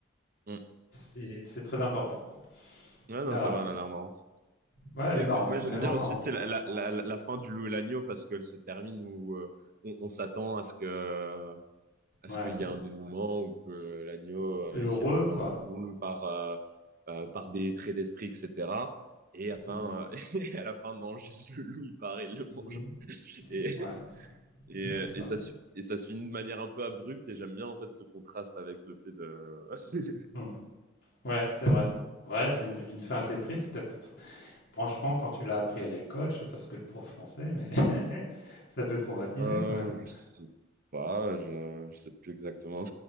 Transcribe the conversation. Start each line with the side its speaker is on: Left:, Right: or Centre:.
Right: Hmm.
Left: c'est c'est très important.
Right: Ouais, non,
Left: Voilà,
Right: c'est vrai, elle a l'air marrante.
Left: ouais, elle
Right: C'est vrai
Left: est marrante,
Right: que moi, moi, j'aime
Left: elle est vraiment
Right: bien aussi
Left: marrante.
Right: tu sais, la, la, la, la fin du loup et l'agneau parce qu'elle se termine où euh, on, on s'attend à ce que à
Left: Ouais,
Right: ce qu'il y ait un Ouais. dénouement ou que l'agneau euh, réussisse
Left: Et heureux,
Right: à convaincre
Left: quoi.
Right: le loup par euh, euh, par des traits d'esprit etc. Et à la fin
Left: Mhm.
Right: euh, <laughs> et à la fin non juste le loup il part et il le mange
Left: Mhm.
Right: et
Left: Ouais, c'est
Right: et,
Left: c'est
Right: euh,
Left: comme ça.
Right: et ça se- et ça se finit de manière un peu abrupte et j'aime bien en fait ce contraste avec le fait de <laughs>
Left: Mm. Ouais, c'est vrai. Ouais, c'est une, une fin assez triste, peut-être pour ça. Franchement, quand tu l'as appris à l'école, je sais pas ce que le prof pensait, mais <laughs> ça peut traumatiser
Right: euh,
Left: quand même.
Right: je sais pas je, je sais plus exactement